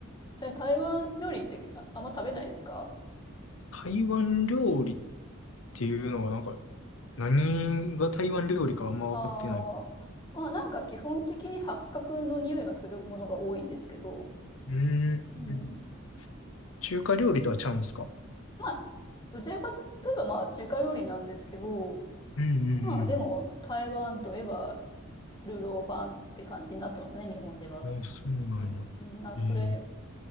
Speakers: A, on the left (about 20°); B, on the left (about 70°).
A: え、台湾料理ってあ、あんま食べないですか
B: 台湾料理っていうのがなんか、何が台湾料理かあんま分かってない。
A: ああまあなんか基本的に八角の匂いがするものが多いんですけど、
B: うーん。
A: うん。
B: うん。中華料理とはちゃうんですか
A: まあ、どちらかといえばまあ中華料理なんですけど、
B: うんうん
A: まあでも台湾といえばルーローファンって感じになってますね、日本では。
B: うん。あ、そうなんや。
A: うん、うんあ、
B: ええ。
A: それ